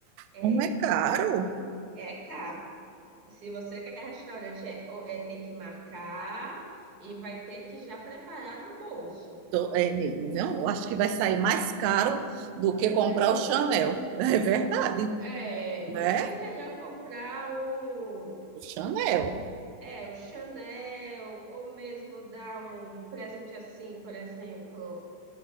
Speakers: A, on the right (about 40°); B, on the right (about 75°).
A: É,
B: Como é caro,
A: é caro. Se você quer restaurante, é, ou- é, tem que marcar e vai ter que já preparar no bolso.
B: Tô- é mesmo, viu? Eu acho que vai sair mais caro do que
A: Que
B: comprar
A: o presente.
B: o Chanel. <laughs> É verdade,
A: É, no
B: né?
A: fim, melhor comprar o,
B: O Chanel.
A: é, o Chanel, ou mesmo dar um presente assim, por exemplo.